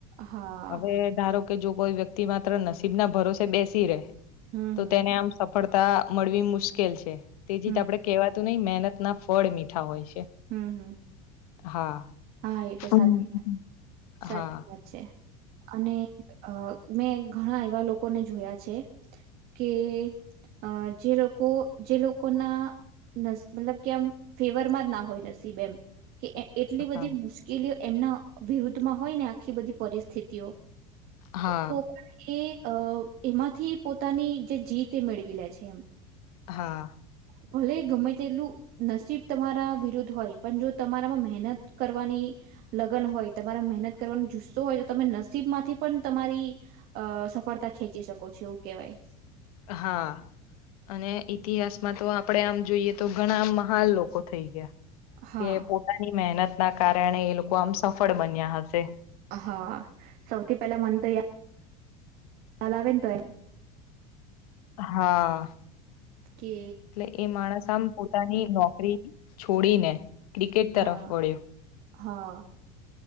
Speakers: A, on the right; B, on the left.
A: હા
B: હવે ધારો કે જો કોઈ વ્યક્તિ માત્ર નસીબ ના ભરોસે બેસી રહેે
A: હમ
B: તો
A: હમ
B: તેને આમ સફળતા મળવી મુશ્કેલ છે. તેજી
A: હમ
B: જ આપડે કેવા નહી મહેનત ના ફળ મીઠા હોય છે.
A: હમ હમ.
B: હા.
A: હા એ તો
B: હમ.
A: સાચી વાત સાચી
B: હા
A: વાત છે. અને મેં ઘણા એવા લોકોને જોયા છે કે અ જે લોકો લોકો જે લકાના મતલબ કે આમ ફેવરમાં જ ના હોય નસીબ એમ કે એટલી બધી
B: હા
A: મુશ્કેલીઓ એમના વિરુદ્ધમાં હોય ને આખી બધી પરિસ્થિતિ
B: હા
A: તો પણ એ એમાંથી પોતાની જે જીત એ મેળવી લે છે.
B: હા.
A: ભલે ગમે તેલું નસીબ તમારા વિરુદ્ધ હોય પણ જો તમારામાં મહેનત કરવાની લગ્ન હોય તમારા મહેનત કરવાનો જુસ્સો હોય તો તમે નસીબમાંથી પણ તમારી. અ સફળતા ખેંચી શકો છો એવું કેવાય.
B: હા. અને ઈતિહાસમાં તો આપડે આમ જોઈએ તો ઘણા મહાન લોકો થઈ ગયા.
A: હા
B: કે પોતાની મહેનત ના કારણે એ લોકો આમ સફળ બન્યા હશે.
A: હા સૌથી પહેલા મને તો યાર દદાવેન તો એમે <inaudible>
B: હા
A: કે
B: એટલે એ માણસ આમ પોતાની નોકરી છોડીને ક્રિકેટ
A: હા
B: તરફ વળ્યો.
A: હા.